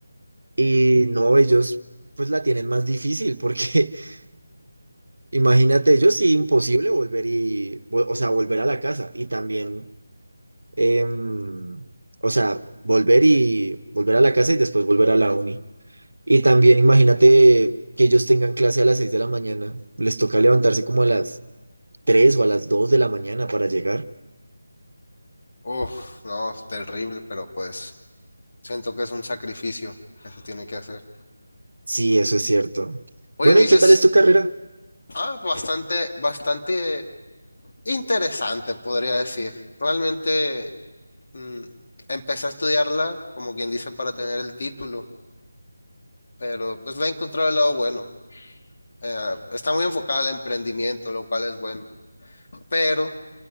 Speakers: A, on the right; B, on the left.
A: Y no, ellos pues la tienen más difícil porque <laughs> imagínate, ellos sí imposible volver y, vo- o sea, volver a la casa y también, em, o sea, volver y volver a la casa y después volver a la uni. Y también imagínate que ellos tengan clase a las 6 de la mañana, les toca levantarse como a las 3 o a las 2 de la mañana para llegar.
B: uf, no, es terrible, pero pues siento que es un sacrificio que se tiene que hacer.
A: Sí, eso es cierto.
B: Oye,
A: Bueno,
B: me
A: ¿y
B: dices,
A: qué tal es tu carrera?
B: ah, bastante, bastante interesante, podría decir. Realmente. mm, empecé a estudiarla, como quien dice, para tener el título, pero pues la he encontrado el lado bueno. Eh, está muy enfocada al emprendimiento, lo cual es bueno, pero